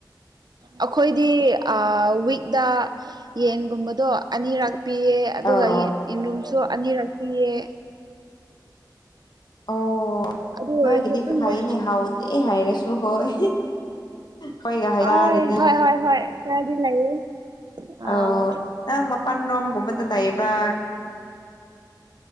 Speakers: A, on the right; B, on the left.
A: ꯑꯩꯈꯣꯏꯗꯤ ꯋꯤꯛꯗ ꯌꯦꯟꯒꯨꯝꯕꯗꯣ ꯑꯅꯤꯔꯛ ꯄꯤꯌꯦ ꯑꯗꯨꯒ
B: ꯑꯧ
A: ꯌꯦꯟ ꯌꯦꯟꯔꯨꯝꯁꯨ ꯑꯅꯤꯔꯛ ꯄꯤꯌꯦ
B: ꯑꯣ
A: ꯑꯗꯨ
B: ꯅꯣꯏꯒꯤꯗꯤ
A: ꯑꯣꯏꯔꯁꯨ ꯈꯪꯗꯦ
B: ꯐꯥꯏꯅꯦ ꯍꯥꯎꯇꯦ ꯍꯥꯏꯔꯁꯨ ꯍꯣꯏ ꯈꯣꯏ ꯍꯥꯏꯔꯥꯑꯗꯤ
A: ꯑꯥꯏ ꯍꯣꯏ ꯍꯣꯏ ꯍꯣꯏ ꯈꯔꯗꯤ ꯂꯩꯌꯦ ꯑꯥ
B: ꯑꯣꯏ ꯅꯪ ꯃꯄꯥꯟ ꯔꯣꯝꯒꯨꯝꯕꯗ ꯂꯥꯏꯕ꯭ꯔꯥ